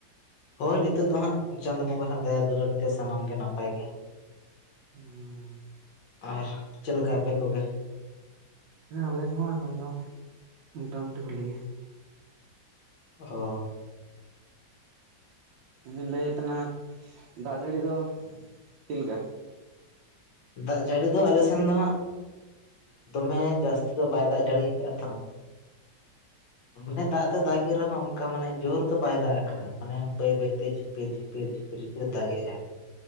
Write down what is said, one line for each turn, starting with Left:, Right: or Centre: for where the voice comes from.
Left: ᱦᱳᱭ ᱱᱤᱛᱳᱜ ᱫᱚ ᱦᱟᱸᱜ ᱪᱟᱸᱫᱽ ᱵᱚᱸᱜᱟ ᱦᱟᱸᱜ ᱫᱟᱭᱟ ᱫᱩᱞᱟᱹᱲ ᱛᱮ ᱥᱟᱱᱟᱢ ᱜᱮ ᱱᱟᱯᱟᱭ ᱜᱮ
Right: ᱦᱩᱸ
Left: ᱟᱨ ᱪᱮᱫᱮ ᱞᱮᱠᱟ ᱟᱯᱮ ᱠᱚ ᱜᱮ
Right: ᱦᱮᱸ ᱟᱞᱮ ᱠᱚᱦᱚᱸ ᱮᱠᱷᱚᱱ ᱫᱚ ᱢᱚᱴᱟ ᱢᱩᱴᱤ ᱵᱷᱟᱞᱮ ᱜᱮ
Left: ᱚ
Right: ᱤᱫᱩᱧ ᱞᱟᱹᱭᱮᱫ ᱛᱟᱦᱮᱱᱟ ᱫᱟᱜ ᱡᱟᱹᱲᱤ ᱫᱚ ᱪᱮᱫ ᱞᱮᱠᱟ
Left: ᱫᱟᱜ ᱡᱟᱹᱲᱤ ᱫᱚ ᱟᱞᱮ ᱥᱮᱱ ᱫᱚ ᱦᱟᱸᱜ ᱫᱚᱢᱮ ᱡᱟᱹᱥᱛᱤ ᱫᱚ ᱵᱟᱭ ᱫᱟᱜ ᱡᱟᱹᱲᱤ ᱟᱠᱟᱟᱜᱼᱟ ᱛᱚ ᱢᱟᱱᱮ ᱫᱟᱜ ᱫᱚ ᱫᱟᱜᱮ ᱨᱮ ᱦᱚᱸ ᱚᱱᱠᱟ ᱢᱟᱱᱮ ᱡᱳᱨ ᱫᱚ ᱵᱟᱭ ᱫᱟᱜ ᱠᱟᱜᱼᱟ ᱢᱟᱱᱮ ᱵᱟᱹᱭ ᱵᱟᱹᱭᱛᱮ ᱡᱷᱤᱯᱤᱨ ᱡᱷᱤᱯᱤᱨ ᱡᱷᱤᱯᱤᱨ ᱡᱷᱤᱯᱤᱨ ᱮ ᱫᱟᱜᱮ-ᱟᱭ